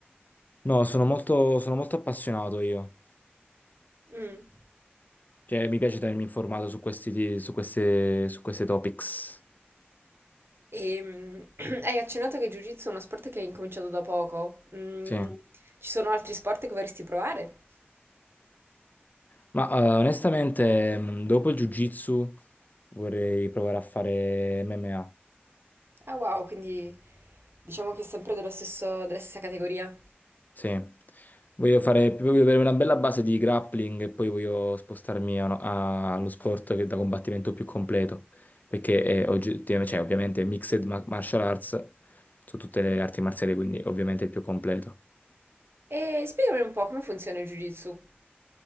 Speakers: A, on the left (about 45°); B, on the right (about 75°).
A: No, sono molto, sono molto appassionato io,
B: Mm.
A: cioè mi piace tenermi informato su questi, su queste, su queste topics,
B: E, <clears throat> hai accennato che Jiu-Jitsu è uno sport che hai incominciato da poco. Mm,
A: sì.
B: ci sono altri sport che vorresti provare?
A: Ma eh, onestamente, mh, dopo il Jiu-Jitsu vorrei provare a fare MMA.
B: Ah wow, quindi diciamo che è sempre dello stesso, della stessa categoria.
A: Sì. Voglio fare, voglio avere una bella base di grappling e poi voglio spostarmi a uno- a- allo sport che è da combattimento più completo, perché è oggettivamente, cioè, ovviamente mixed ma- martial arts su tutte le arti marziali, quindi ovviamente è il più completo.
B: E spiegami un po' come funziona il Jiu-Jitsu.